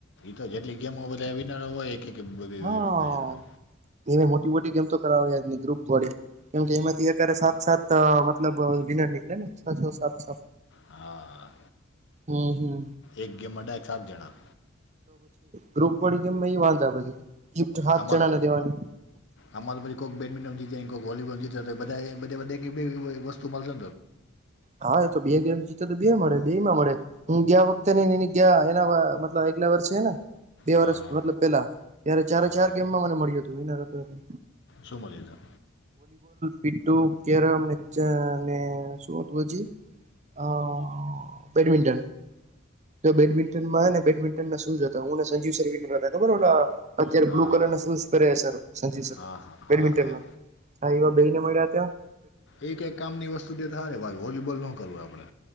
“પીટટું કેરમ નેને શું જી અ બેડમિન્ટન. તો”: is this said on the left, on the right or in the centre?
Right